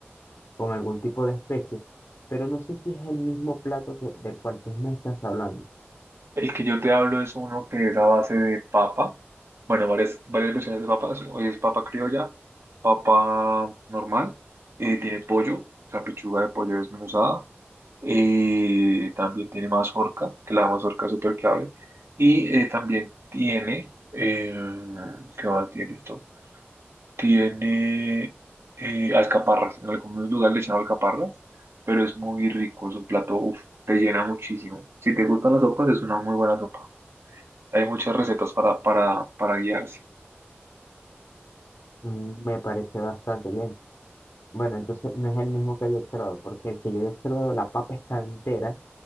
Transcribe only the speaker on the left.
con algún tipo de especies, pero no sé si es el mismo plato que, del cual tú me estás hablando.
Mm, Me parece bastante bien. Bueno, entonces no es el mismo que había observado, porque el que yo había observado, la papa estaba entera